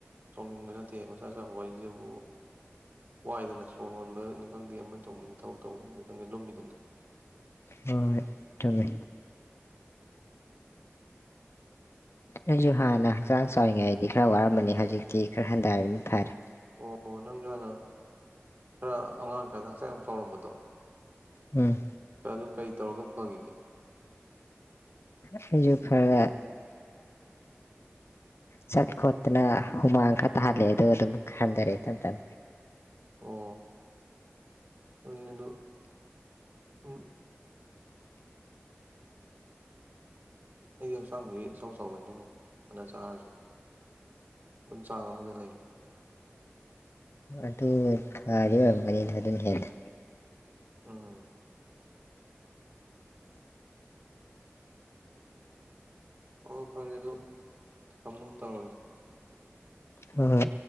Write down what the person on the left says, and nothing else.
ꯍꯣꯏ ꯆꯨꯝꯃꯤ ꯑꯩꯗꯖꯨ ꯍꯥꯟꯅ ꯍꯛꯆꯥꯡ ꯆꯥꯎꯔꯤꯉꯩꯗꯤ ꯈꯔ ꯋꯥꯔ ꯃꯅꯤ ꯍꯧꯖꯤꯛꯇꯤ ꯈꯔ ꯍꯟꯗꯔꯕꯅꯤ ꯐꯔꯦ
ꯎꯝ
ꯑꯩꯖꯨ ꯈꯔꯒꯥ ꯆꯠ ꯈꯣꯠꯇꯅ ꯍꯨꯃꯥꯡ ꯈꯔ ꯇꯥꯍꯜꯂꯦ ꯑꯗꯨꯒ ꯑꯗꯨꯝ ꯍꯟꯗꯔꯦ ꯏꯝ ꯇꯝ
ꯑꯗꯨ ꯐꯔꯤ ꯑꯣꯏꯔꯝꯒꯅꯤꯗ ꯑꯗꯨꯅ ꯍꯦꯟꯅ
ꯍꯣ ꯍꯣꯏ